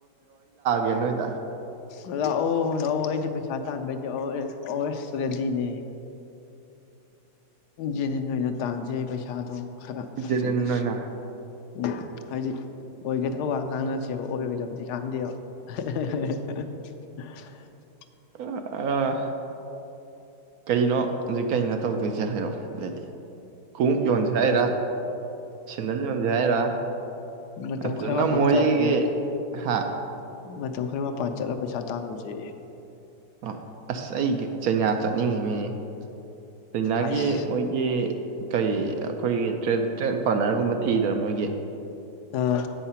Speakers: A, on the right; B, on the left.
A: ꯌꯦꯟ ꯅꯣꯏꯗ
B: ꯂꯥꯛꯑꯣ ꯂꯥꯛꯑꯣ ꯑꯩꯗꯤ ꯄꯩꯁꯥ ꯇꯥꯟꯕꯒꯤꯗꯤ ꯑꯜꯋꯦꯁ ꯑꯜꯋꯦꯁ ꯔꯦꯗꯤꯅꯦ ꯖꯦꯟꯅꯤꯟ ꯑꯣꯏꯅ ꯇꯥꯟꯖꯦ ꯄꯩꯁꯥꯗꯣ ꯈꯔ ꯐꯖꯅ
A: ꯖꯦꯅꯤꯟ ꯑꯣꯏꯅ
B: ꯎꯝ ꯍꯥꯏꯗꯤ ꯑꯣꯏꯒꯗꯧꯕ ꯉꯥꯡꯅꯁꯦꯕ ꯑꯣꯏꯔꯣꯏꯗꯕꯗꯤ ꯀꯥꯟꯅꯗꯦ ꯍꯍꯍ <unintelligible>
A: ꯑꯥ ꯀꯩꯅꯣ ꯍꯧꯖꯤꯛ ꯀꯩꯅꯣ ꯇꯧꯗꯣꯏꯁꯦ ꯍꯥꯏꯔꯛꯑꯣ ꯑꯗꯨꯗꯤ ꯈꯣꯡꯎꯞ ꯌꯣꯟꯁꯦ ꯍꯥꯏꯔ ꯁꯦꯗꯟ ꯌꯣꯟꯁꯦ ꯍꯥꯏꯔ
B: ꯃꯇꯝ
A: ꯑꯗꯨ
B: ꯈꯔ
A: ꯅꯪ
B: ꯃꯄꯥꯟ
A: ꯃꯣꯔꯦꯒꯤ
B: ꯆꯠꯂꯦ
A: ꯍꯥ
B: ꯃꯇꯝ ꯈꯔ ꯃꯄꯥꯟ ꯆꯠꯂꯒ ꯄꯩꯁꯥ ꯇꯥꯜꯂꯨꯖꯦꯌꯦ
A: ꯑꯣ ꯑꯁ ꯑꯩꯒꯤ ꯆꯩꯅꯥ ꯆꯠꯅꯤꯡꯉꯤ ꯅꯤꯅꯦ ꯆꯩꯅꯥꯒꯤ
B: ꯑꯩꯁ
A: ꯃꯣꯏꯒꯤ ꯀꯔꯤ ꯑꯩꯈꯣꯏꯒꯤ ꯇ꯭ꯔꯦꯠ ꯄꯥꯔꯠꯅꯔꯒꯨꯝꯕ ꯊꯤꯗ꯭ꯔꯥ ꯃꯣꯏꯒꯤ ꯌꯦ
B: ꯑꯥ